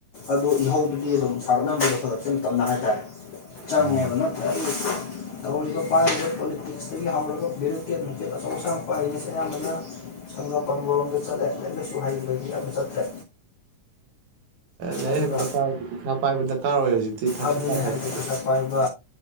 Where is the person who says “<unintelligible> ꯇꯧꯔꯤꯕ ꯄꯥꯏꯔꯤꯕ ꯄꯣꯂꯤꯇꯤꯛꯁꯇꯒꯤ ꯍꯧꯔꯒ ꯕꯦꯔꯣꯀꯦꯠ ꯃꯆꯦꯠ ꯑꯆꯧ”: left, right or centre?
Left